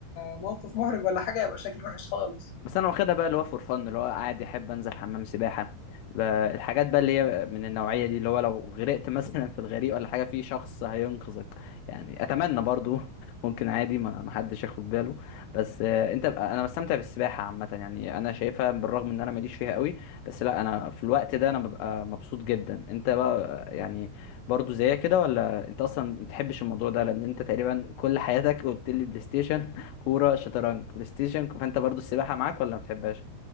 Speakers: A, on the left; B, on the left.
A: موقف محرج ولا حاجه يبقى شكلي وحش خالص
B: بس انا واخدها بقى اللي هو فور فن اللي هو قاعد يحب انزل حمام سباحه ب- الحاجات بقى اللي هي من النوعيه دي اللي هو لو غرقت مثلا في الغريق ولا حاجه في شخص هينقذك يعني اتمنى برضو <laughs> ممكن عادي ما ما حدش ياخد باله بس آه، انت بقى انا بستمتع بالسباحه عامه يعني انا شايفها بالرغم ان انا ماليش فيها قوي بس لا انا في الوقت ده انا ببقى مبسوط جدا انت بقى آه، يعني برضو زيك كده ولا انت اصلا ما بتحبش الموضوع ده لان انت تقريبا كل حياتك قلت لي بلاي ستيشن كورة شطرنج بلاي ستيشن فانت برضو السباحة معاك ولا ما بتحبهاش